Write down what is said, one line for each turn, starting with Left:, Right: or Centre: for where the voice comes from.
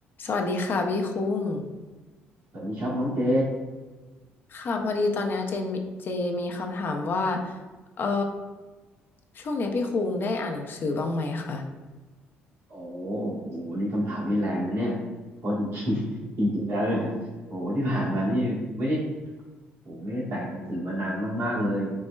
Left: สวัสดีค่ะพี่คุ้ง
Right: สวัสดีครับน้องเจ
Left: ค่ะพอดีตอนเนี้ยเจนมีเจมีคำถามว่าเอ่อช่วงเนี้ยพี่คุ้งได้อ่านหนังสือบ้างไหมคะ
Right: โอ้โหนี่คำถามนี่แรงนะเนี่ยเพราะจริงๆ <laughs> จริงๆแล้วเนี่ยโอ้โหที่ผ่านมานี่ไม่ได้โอ้โหไม่ได้แตะหนังสือมานานมากๆเลย